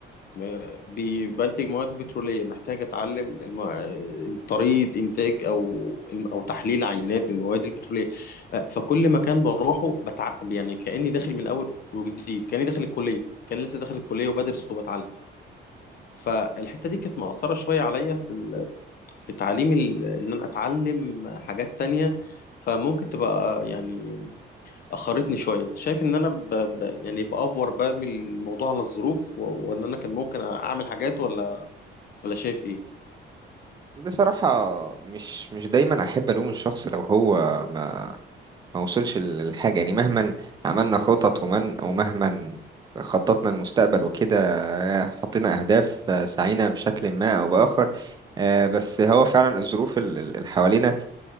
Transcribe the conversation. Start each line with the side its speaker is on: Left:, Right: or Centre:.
Left: م- بي- بنتج مواد بترولية محتاج أتعلم الم- طريقة إنتاج أو أو تحليل عينات المواد البترولية أه، فكل مكان بروحه بتع... يعني كأني داخل من أول وجديد كأني داخل الكلية كان لسه داخل الكلية وبدرس وبتعلم فالحتة دي كانت مأثرة شوية عليا في ال... في تعليم ال... إن أنا أتعلم حاجات تانية فممكن تبقى يعني أخرتني شوية شايف إن أنا ب... ب... يعني بأفور برمي الموضوع على الظروف و... وإن أنا كان ممكن أعمل حاجات ولا ولا شايف ايه
Right: بصراحة مش مش دايما احب الوم الشخص لو هو ما ما وصلش للحاجة يعني مهما عملنا خطط ومن ومهما خططنا المستقبل وكده حطينا اهداف سعينا بشكل ما او باخر آه، بس هو فعلا الظروف ال- ال- اللي حوالينا